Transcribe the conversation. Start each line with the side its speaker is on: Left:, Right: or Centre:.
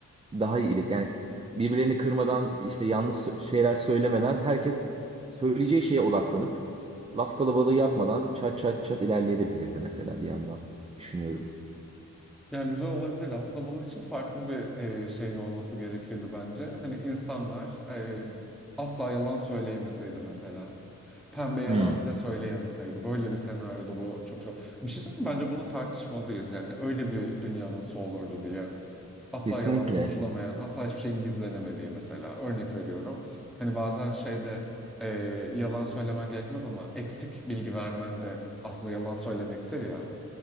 Right: daha iyi ilet. Yani birbirlerini kırmadan işte yanlış sö- şeyler söylemeden herkes söyleyeceği şeye odaklanıp laf kalabalığı yapmadan çat çat çat ilerleyebilirdi mesela bir yandan düşünüyorum.
Centre: Yani güzel olabilir. Aslında bunun için farklı bir e, şeyin olması gerekirdi bence. Hani insanlar e, asla yalan söyleyemeseydi mesela. Pembe yalan
Right: Hmm,
Centre: bile söyleyemeseydi. Böyle bir senaryoda bu çok çok... Bir şey söyleyeyim mi? Bence bunu tartışmalıyız yani. Öyle bir dünya nasıl olurdu diye. Asla
Right: kesinlikle.
Centre: yalan konuşulamayan, asla hiçbir şeyin gizlenemediği mesela. Örnek veriyorum. Hani bazen şeyde e, yalan söylemen gerekmez ama eksik bilgi vermen de aslında yalan söylemektir ya.